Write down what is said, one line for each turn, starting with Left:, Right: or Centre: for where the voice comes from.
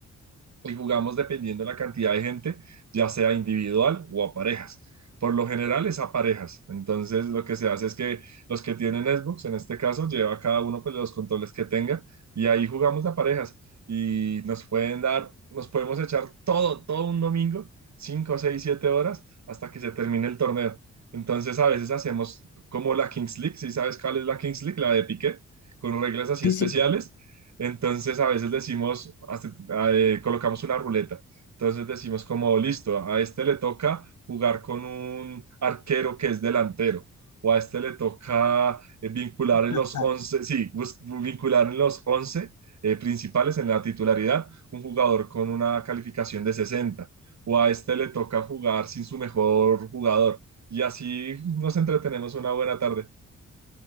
Right: y jugamos dependiendo de la cantidad de gente, ya sea individual o a parejas. Por lo general es a parejas. Entonces lo que se hace es que los que tienen Xbox, en este caso, lleva cada uno pues, los controles que tenga y ahí jugamos a parejas y nos pueden dar, nos podemos echar todo, todo un domingo, 5 6 7 horas hasta que se termine el torneo. Entonces a veces hacemos como la Kings League, si sabes cuál es la Kings League, la de Piqué, con reglas así
Left: Sí,
Right: especiales
Left: sí.
Right: entonces a veces decimos, hace- eh, colocamos una ruleta. Entonces decimos como, listo, a este le toca jugar con un arquero que es delantero, o a este le toca eh, vincular en
Left: Ah,
Right: los 11 sí, bus- vincular en los 11 eh, principales en la titularidad un jugador con una calificación de 60 o a este le toca jugar sin su mejor jugador. Y así nos entretenemos una buena tarde.